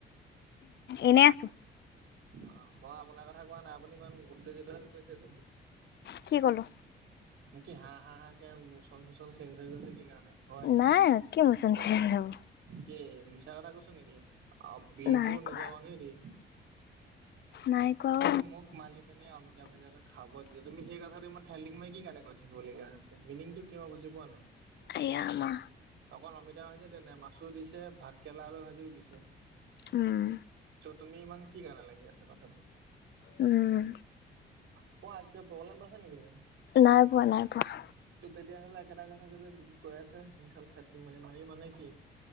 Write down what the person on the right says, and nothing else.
অ মই আপোনাৰ কথা কোৱা নাই আপুনি ইমান উত্তেজিত হ কৈছে যে।
নেক কি হাঁহ হাঁহ হাঁ কে মোচন চোচন চেঞ্জ হৈ গ'ল জে কি কাৰণে? হয়
কি মিছা কথা কৈছো নেকি, অঁ বিহবোৰ
নিজা মানুহে দিয়ে।
ত মোক মালিকনী অমিতা ভাইাজি অকন খাব দিলে। তুমি সেই কোঠাটো ইমান ফিল্ডিং মাৰি কি কাৰণে কৈ থাকিবলগীয়া হৈছে। মিনিংটো কি মই বুজি পোৱা নাই।
অকল অমিতা দিয়া নাই মাছো দিছে ভাত কেলা আলু ভাজিও দিছে।
ত তুমি ইমান কি কাৰণে লাগি আছা কথাটো।
কোৱা কিবা প্ৰব্লেম পাইছা নি তুমি?
টো তেতিয়া হ'লে একেটা কথা যদি কৈ আছে ইনাল চাটলিং মাৰি মাৰি মানে কি।